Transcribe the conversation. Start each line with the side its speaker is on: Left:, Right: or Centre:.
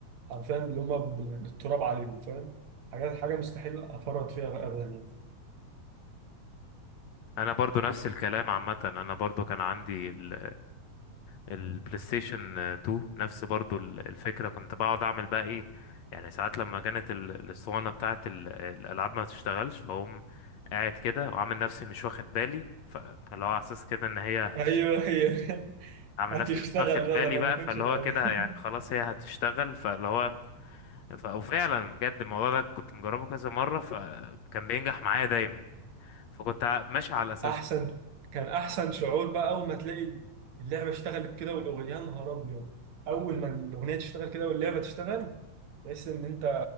Right: عارفين اللي هم بالتراب عليهم فاهم حاجات حاجه مستحيل افرط فيها ابدا يعني
Left: أنا برضو نفس الكلام عامة أنا برضو كان عندي ال... البلاي ستيشن 2 نفس برضو ال- الفكرة كنت بقعد اعمل بقى ايه يعني ساعات لما كانت ال- الاسطوانة بتاعت ال- الالعاب ما تشتغلش فاقوم قاعد كده وعامل نفسي مش واخد بالي فاللي هو على اساس كده ان هي هتشت...
Right: ايوه هي <laughs>
Left: عامل
Right: هتشتغل
Left: نفسي مش واخد
Right: بقى
Left: بالي
Right: لما
Left: بقى
Right: ما اخدش
Left: فاللي
Right: بالي
Left: هو كده يعني خلاص هي هتشتغل فاللي هو ف... وفعلا بجد الموضوع ده كنت مجربه كذا مرة فكان بينجح معايا دايما فكنت ع- ماشي على الاساس
Right: احسن
Left: ده
Right: كان احسن شعور بقى اول ما تلاقي اللعبه اشتغلت كده والاغنيه يا نهار ابيض اول ما الاغنيه تشتغل كده واللعبه تشتغل تحس ان انت